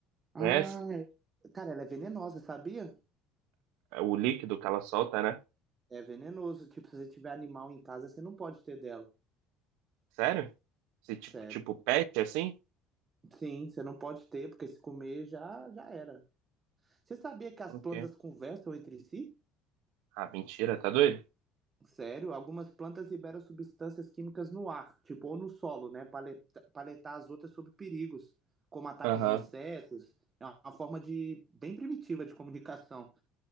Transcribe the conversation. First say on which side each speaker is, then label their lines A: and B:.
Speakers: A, on the right (about 25°); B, on the right (about 80°).
A: Ah,
B: Conhece?
A: é- cara, ela é venenosa, sabia?
B: O líquido que ela solta, né?
A: É venenoso. Tipo, se você tiver animal em casa, você não pode ter dela.
B: Sério? Esse tipo,
A: Sério.
B: tipo pet assim?
A: Sim, você não pode ter, porque se comer já, já era. Você sabia que as
B: Ok.
A: plantas conversam entre si?
B: Ah, mentira, tá doido?
A: Sério, algumas plantas liberam substâncias químicas no ar, tipo, ou no solo, né? Para alertar as outras sobre perigos, como ataques
B: Aham.
A: de insetos. É uma forma de bem primitiva de comunicação.